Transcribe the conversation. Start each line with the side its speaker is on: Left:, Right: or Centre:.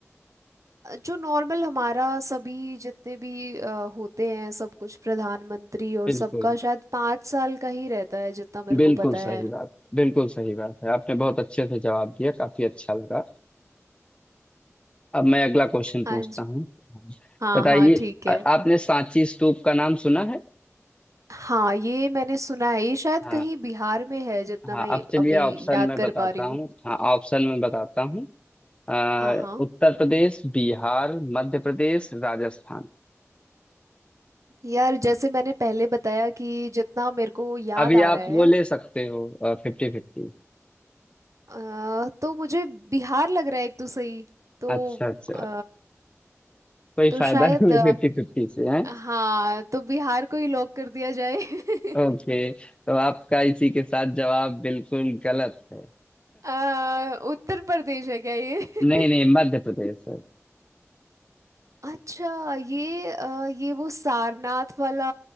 Right: जो नॉर्मल हमारा सभी जितने भी अ, होते हैं सब कुछ प्रधानमंत्री और
Left: बिल्कुल
Right: सबका शायद पाँच साल का ही रहता है जितना मेरे
Left: बिल्कुल
Right: को पता है
Left: सही बात बिल्कुल सही बात है आपने बहुत अच्छे से जवाब दिया काफी अच्छा लगा अब मैं अगला क्वेश्चन पूछता
Right: हाँ जी
Left: हूँ
Right: हाँ
Left: बताइए
Right: हाँ ठीक है
Left: आ- आपने सांची स्तूप का नाम सुना है
Right: हाँ ये मैंने सुना है ये शायद
Left: हाँ
Right: कहीं बिहार में है जितना
Left: हाँ
Right: मैं
Left: अब चलिए
Right: अभी
Left: ऑप्शन
Right: याद
Left: में
Right: कर
Left: बताता
Right: पा रही हूँ
Left: हूँ हाँ ऑप्शन में बताता हूँ अ,
Right: हाँ हाँ
Left: उत्तर प्रदेश बिहार मध्य प्रदेश राजस्थान
Right: यार जैसे मैंने पहले बताया कि जितना मेरे को याद
Left: अभी
Right: आ
Left: आप
Right: रहा है
Left: वो ले सकते हो फिफ्टी फिफ्टी
Right: अ, तो मुझे बिहार लग रहा है एक तो सही तो
Left: अच्छा अच्छा
Right: अ,
Left: कोई
Right: तो
Left: फायदा
Right: शायद
Left: नहीं है फिफ्टी फिफ्टी से है
Right: हाँ तो बिहार को ही लॉक कर दिया जाए <laughs>
Left: ओके तो आपका इसी के साथ जवाब बिल्कुल गलत है
Right: अ, उत्तर प्रदेश है क्या ये <laughs>
Left: नहीं नहीं मध्य प्रदेश है
Right: अच्छा ये अ, ये वो सारनाथ वाला